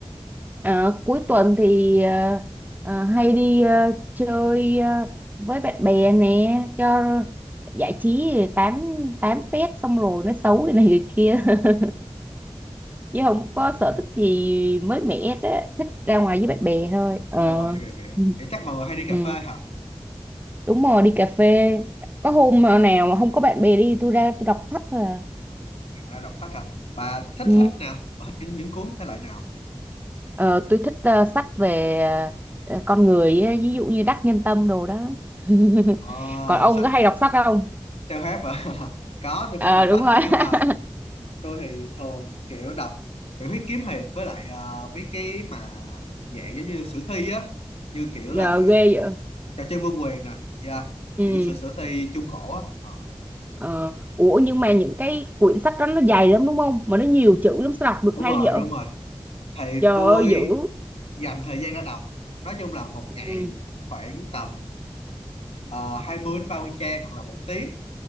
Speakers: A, on the right; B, on the left.
A: Ờ, cuối tuần thì ờ, ờ, hay đi ờ, chơi ờ, với bạn bè nè cho giải trí rồi tám tám phét xong rồi nó xấu cái này người kia <laughs> chứ không có sở thích gì mới mẻ hết á thích ra
B: à
A: ngoài với bạn bè thôi ờ
B: ra ngoài như vậy vậy hả?
A: ừ.
B: vậy chắc mọi người hay đi cà
A: Ừ.
B: phê hả
A: đúng rồi đi cà phê có hôm nào mà không có bạn bè đi tôi ra tôi đọc sách thôi à
B: à, đọc sách hả bà thích
A: ừ.
B: sách nào bà thích những những cuốn thể loại nào
A: Ờ, tôi thích ờ, sách về ờ, ờ, con người ấy, ví dụ như Đắc Nhân Tâm đồ đó <laughs>
B: ờ,
A: còn ông
B: sách
A: có hay đọc sách không
B: self-help hả <laughs> có tôi
A: Ờ
B: cũng có đọc
A: đúng
B: sách
A: rồi <laughs>
B: nhưng mà tôi thì thường kiểu đọc tiểu thuyết kiếm hiệp với lại ờ, mấy cái mà dạng giống như sử thi á như kiểu
A: giờ
B: là
A: ghê vậy
B: trò chơi vương quyền nè yeah.
A: ừ
B: kiểu sử sử thi trung cổ á Ờ,
A: ờ. ủa nhưng mà những cái quyển sách đó nó dài lắm đúng không mà nó nhiều chữ lắm sao đọc được
B: đúng
A: hay
B: rồi
A: vậy
B: đúng rồi thì
A: trời
B: tôi
A: ơi dữ
B: dành thời gian ra đọc nói chung là một
A: ừ
B: ngày khoảng tầm uh, 20 đến 30 trang hoặc là một tiếng